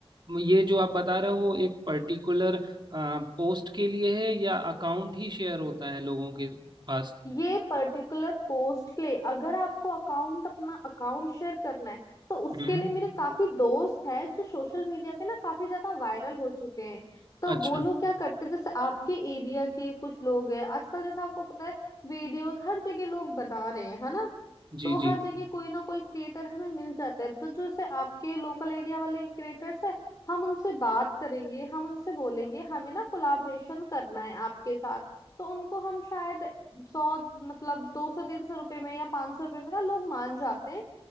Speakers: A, on the right (about 45°); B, on the left (about 35°).
A: ये जो आप बता रहे हो वो एक पर्टिकुलर पोस्ट के लिए है या अकाउंट ही शेयर होता है लोगों के पास
B: ये पर्टिकुलर पोस्ट के लिए अगर आपको अकाउंट अपना अकाउंट शेयर करना है तो उसके
A: हम्म
B: लिए मेरे काफी दोस्त हैं जो सोशल मीडिया पे ना काफी ज्यादा वायरल हो चुके हैं तो
A: अच्छा
B: वो लोग क्या करते हैं जैसे आपके एरिया के कुछ लोग हैं आजकल जैसे आपको पता है वीडियोस हर जगह लोग बना रहे हैं है ना
A: जी
B: तो
A: जी
B: हर जगह कोई ना कोई क्रिएटर हमें मिल जाता है तो जैसे आपके लोकल एरिया वाले क्रिएटर्स है हम उनसे बात करेंगे हम उनसे बोलेंगे हमें ना कोलाबरेशन करना है आपके साथ तो उनको हम शायद सौ मतलब दो सौ तीन सौ रुपए में या पांच सौ रुपए में ना लोग मान जाते हैं